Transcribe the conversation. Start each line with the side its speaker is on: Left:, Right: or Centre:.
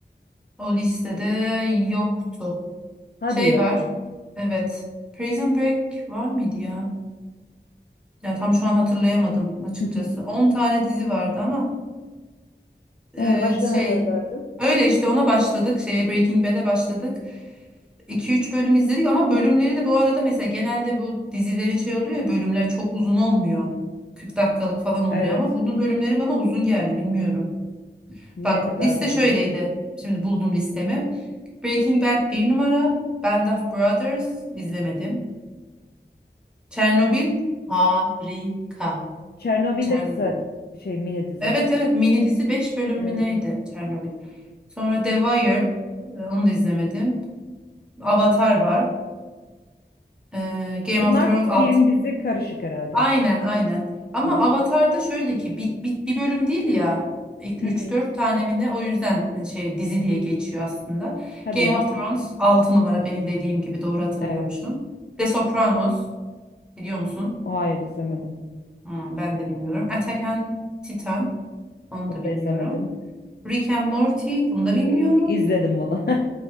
Centre: o listede yoktu.
Left: Hadi
Centre: Şey
Left: ya.
Centre: var.
Left: <laughs>
Centre: Evet. Prison Break var mıydı ya? Ya tam şu an hatırlayamadım açıkçası.
Left: Hı hı.
Centre: on tane dizi vardı ama e,
Left: E başka
Centre: şey
Left: neler vardı?
Centre: öyle işte ona başladık. Şeye Breaking Bad'e başladık. iki üç bölüm izledik ama bölümleri de bu arada mesela genelde bu dizilerin şey oluyor ya bölümler çok uzun olmuyor. kırk dakikalık falan oluyor
Left: Evet.
Centre: ama bunun bölümleri bana uzun geldi bilmiyorum.
Left: Ne
Centre: Bak
Left: kadardı
Centre: liste
Left: acaba?
Centre: şöyleydi. Şimdi buldum listemi. Breaking Bad bir numara. Band of Brothers izlemedim. Chernobyl harika.
Left: Çernobil
Centre: Chernobyl.
Left: de kısa di- şey mini dizi.
Centre: Evet evet mini dizi beş bölüm
Left: Evet.
Centre: mü neydi Chernobyl. Sonra The Wire e, onu da izlemedim. Avatar var. E, Game
Left: Bunlar
Centre: of Thrones
Left: film
Centre: alt
Left: dizi karışık herhalde.
Centre: Aynen aynen. Ama
Left: Hı hı.
Centre: Avatar'da şöyle ki bir, bir, bir bölüm değil ya. üç
Left: Hı hı.
Centre: dört tane mi ne o yüzden şey dizi diye geçiyor aslında.
Left: Hadi
Centre: Game
Left: ya.
Centre: of Thrones 6 numara benim dediğim gibi doğru hatırlıyormuşum.
Left: Evet.
Centre: The Sopranos biliyor musun?
Left: O hayır izlemedim.
Centre: Hmm, ben de bilmiyorum. Attack on Titan onu
Left: Onu
Centre: da bilmiyorum.
Left: da izlemedim.
Centre: Rick and Morty bunu da
Left: Ee,
Centre: bilmiyorum.
Left: izledim bunu. <laughs>